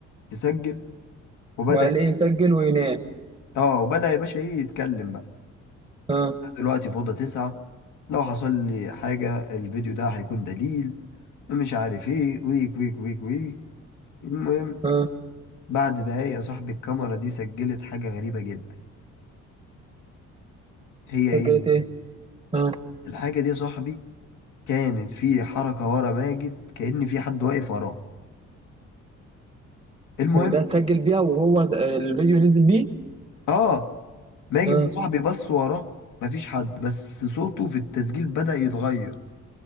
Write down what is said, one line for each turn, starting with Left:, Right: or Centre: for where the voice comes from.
Left: تسجل وبدأ
Right: وقال ايه يسجل وينام
Left: اه وبدأ يا باشا ايه يتكلم بقى
Right: اه
Left: أنا دلوقتي في أوضة تسعة لو حصل لي حاجة الفيديو ده هيكون دليل مش عارف ايه ويك ويك ويك ويك المهم
Right: اه
Left: بعد دقايق يا صاحبي الكاميرا دي سجلت حاجة غريبة جدا هي
Right: سجلت
Left: ايه
Right: ايه اه
Left: الحاجة دي يا صاحبي كانت في حركة ورا ماجد كأن في حد واقف وراه المهم
Right: وده اتسجل بيها وهو د- الفيديو نزل بيه
Left: اه ماجد
Right: اه
Left: ده صاحبي بص وراه مفيش حد بس صوته في التسجيل بدأ يتغير